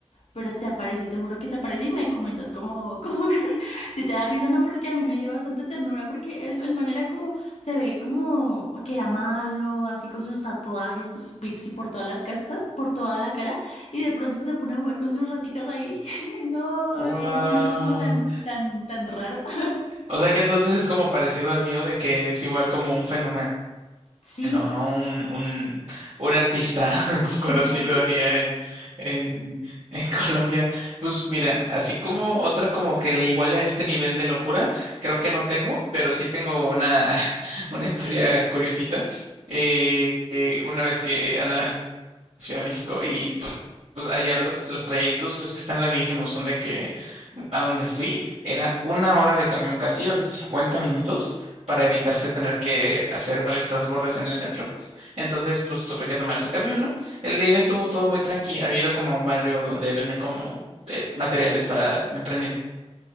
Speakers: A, on the left; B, on the right.
A: Pero te aparece, te juro que te aparece y me comentas como, como <laughs> si te da risa, no, porque a mí me dio bastante ternura porque el, el man era como, se ve como que era malo, así con sus tatuajes, sus piercing por todas las casas, por toda la cara, y de pronto se pone a jugar con sus raticas ahí. <laughs> No,
B: Wow.
A: fue un momento como tan, tan, tan raro. <laughs>
B: O sea que entonces es como parecido al mío de que es igual como un fenómeno.
A: Sí,
B: No, no, un, un, un artista <laughs> conocido
A: yo creo que es.
B: allá en, en, en Colombia. Pues mira, así como otra como que le iguale a este nivel de locura, creo que no tengo, pero sí tengo una, <laughs> una historia curiosita. Eh, eh, una vez que andaba en Ciudad de México y pues, pues, allá los, los trayectos ves que están larguísimos, son de que a donde fui era una hora de camión casi, ahora sí, 50 minutos para evitarse tener que hacer varios transbordes en el metro. Entonces pues tuve que tomar ese camión, ¿no? El de ida estuvo todo muy tranqui, había ido como a un barrio donde venden como eh, materiales para emprendimiento,